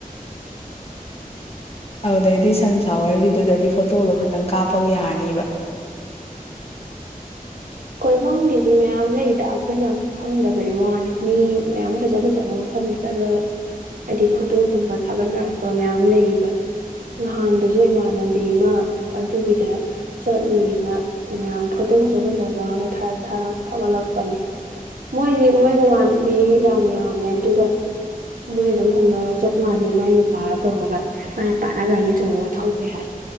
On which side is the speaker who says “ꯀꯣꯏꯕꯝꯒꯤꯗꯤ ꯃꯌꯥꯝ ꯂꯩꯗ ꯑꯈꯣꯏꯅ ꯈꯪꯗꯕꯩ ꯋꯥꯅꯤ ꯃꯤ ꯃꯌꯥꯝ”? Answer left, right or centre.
Right